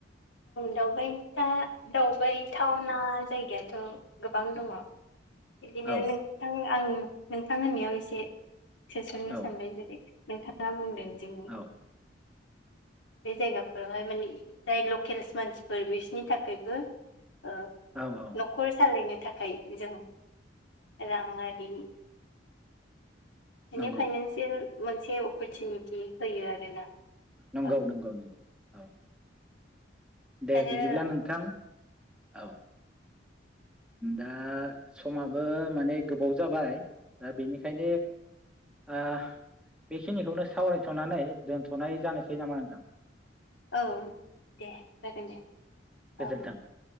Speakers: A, on the left (about 75°); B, in the centre.
A: दावबायथा दावबायबायथावना जायगायाथ' गोबां दङ। बिदिनो
B: औ
A: नोंथां आं नोंथां होननायाव एसे सोसननो
B: औ
A: सानबाय जेरै नोंथां। मा बुंदों? जों
B: औ
A: बे जायगाफोरावहाय माने जाय ल केल्स मानसिफोर बिसनि थाखायबो ओ
B: औ औ
A: न'खर सालायनो थाखाय जों राङारि माने
B: नंगौ
A: फाइनेनसियेल मोनसे अपरचुनिटि होयो आरोना।
B: नंगौ
A: औ
B: नंगौ नंगौ औ। दे
A: आरो
B: बिदिब्ला नोंथां औ। दा समाबो माने गोबाव जाबाय दा बेनिखायनो ओ बेखिनिखौनो सावरायथ'नानै दोनथ'नाय जानोसै नामा नोंथां
A: औ दे जागोन दे
B: गोजोन्थों।
A: औ